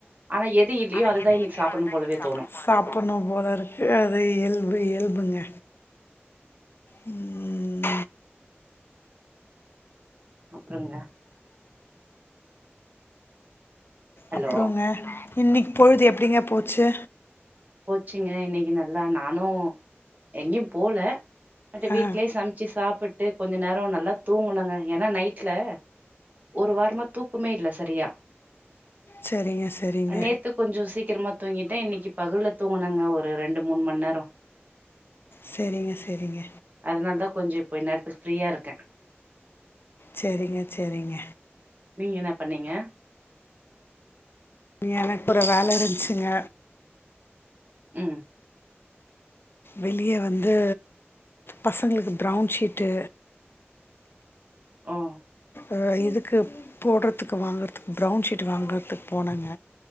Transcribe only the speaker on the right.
ஆனா எது இல்லையோ
அதுதா
இன்னைக்கு
சாப்பட்ணு
போலவே
தோணு
ருங்க ஹலோ
போச்சிங்க இன்னைக்கு நல்லா நானு எங்கேயு போல அட்டு வீட்லேயே
சமைச்சு சாப்பிட்டு கொஞ்ச நேரோ நல்லா தூங்குனுங்க ஏன்னா நைட்ல ஒரு வாரமா தூக்குமே இல்ல சரியா
நேத்து கொஞ்சோ சீக்கிரமா தூங்கிட்டே இன்னைக்கு பகல்ல தூங்குனாங்க ஒரு ரெண்டு மூணு மணி நேரோ
அதனால தா கொஞ்ச இப்ப இன் நேரத்துக்கு ஃப்ரியா இருக்கே
நீங்க என்ன பண்ணீங்க
ம்
ம்